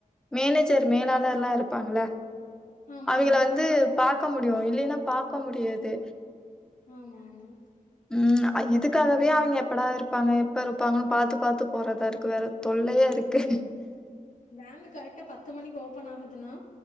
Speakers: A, in the centre; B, on the left (about 60°).
A: மேனேஜர் மேலாளர்லாம் இருப்பாங்கள
B: ஆமா
A: அவங்கிள
B: ஆமா
A: வந்து பாத் பறக்க முடியும் இல்லைன்னா பாக்க முடியாது
B: ஆமா ஆமா
A: உம் இதுக்காகவே அவங்க எப்படா இருப்பாங்க எப்ப இருப்பாங்கன்னு பாத்து பாத்து போறதா இருக்கு வேற தொல்லையா இருக்கு
B: பேங்க் கரெக்டா பத்து மணிக்கு ஓபன் ஆகுதுனா